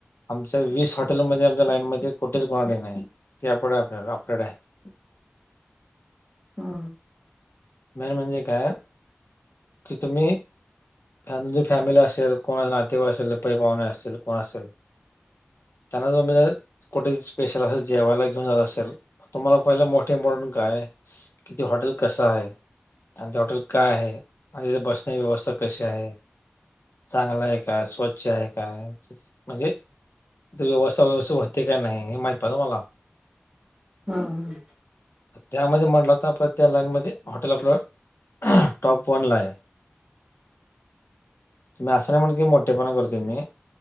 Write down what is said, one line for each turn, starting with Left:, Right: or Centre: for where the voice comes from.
Left: आमच्या वीस हॉटेलमध्येध्ये आमच्या लाईनमध्येध्ये कुठेच कोणाडी नाही ते आप अपरेट आहे.
Right: हा
Left: मेन म्हणजे काय की तुम्ही णजे फॅमिली असेल कोण नातेवाइक असेल पई पाहुणे असतील कोण असेल. त्यांना जो कुठे स्पेशल असेल जेवायला घेऊन जात असेल. तुम्हाला पहिलं मोठे इम्पॉर्टट काय कि ते हॉटेल कसं आहे. आणि ते हॉटेल काय आहे आणि तिथे बसण्याची व्यवस्था कशी आहे. चांगलं आहे का स्वच्छ आहे का म्हणजे त व्यवस्थ व्यवस्थित होते का नाही हे माहित पाहतं मला.
Right: हम ह
Left: त्यामध्ये म्हटलं तर आपण त्या लाईनमध्येध्ये हॉटेल आपलं टॉप वन ला आहे. तुम्ही असं नाही म्हण की मोठेपणा करते मी